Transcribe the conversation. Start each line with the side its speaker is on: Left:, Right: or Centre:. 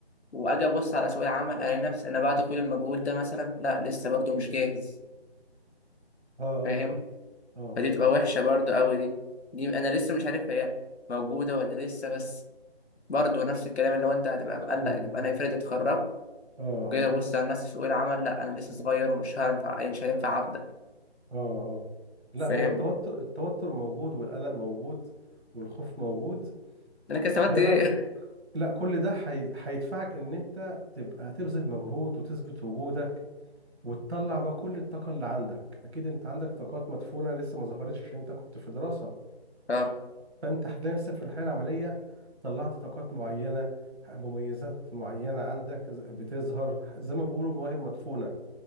Left: واجي ابص على سوق العمل الاقي نفسي انا بعد كل المجهود ده مثلا لا لسه برضو مش جاهز
Right: اه اه
Left: فاهم
Right: اه
Left: فدي بتبقى وحشة برضو قوي دي دي أنا لسه مش عارف هي موجودة ولا لسه بس برضو نفس الكلام اللي هو أنت هتبقى مقلق
Right: مم،
Left: طب
Right: مم.
Left: أنا افرض اتخرجت
Right: اه
Left: جاي أبص على نفسي في سوق العمل لأ أنا لسه صغير ومش هينفع مش هينفع أبدأ
Right: اه اه لا
Left: فاهم
Right: هو التوتر التوتر موجود والقلق موجود والخوف موجود
Left: أنا كده استفدت
Right: ده
Left: إيه؟
Right: بقى ك- لا كل ده هي- هيدفعك ان انت تبقى تبذل مجهود وتثبت وجودك وتطلع بقى كل الطاقة اللي عندك اكيد انت عندك طاقات مدفونة لسه ما ظهرتش عشان انت كنت في دراسة
Left: <laughs> أه
Right: فانت هتلاقي نفسك في الحياة العملية طلعت طاقات معينة مميزات معينة عندك ز- بتظهر زي ما بيقولوا مواهب مدفونة